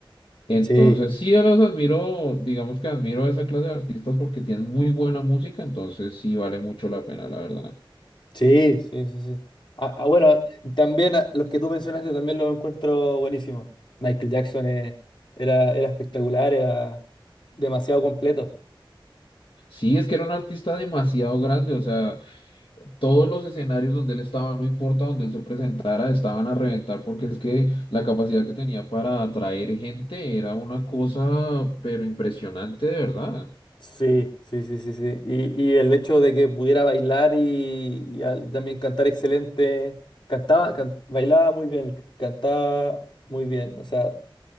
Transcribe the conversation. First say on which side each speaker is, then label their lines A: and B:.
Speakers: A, on the left; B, on the left.
A: Entonces,
B: Sí,
A: sí, yo los admiro, digamos que admiro a esa clase de artistas porque tienen muy buena música, entonces sí vale mucho la pena, la verdad.
B: sí, sí, sí, sí. Ah, ah, bueno, también ah, los que tú mencionaste también los encuentro buenísimos. Michael Jackson eh, era, era espectacular, era demasiado completo.
A: Sí, es que era un artista demasiado grande, o sea, todos los escenarios donde él estaba, no importa donde él se presentara, estaban a reventar porque es que la capacidad que tenía para atraer gente era una cosa, pero impresionante de verdad.
B: Sí, sí, sí, sí, sí. Y, y el hecho de que pudiera bailar y, y al- también cantar excelente, cantaba, can- bailaba muy bien, cantaba muy bien. O sea,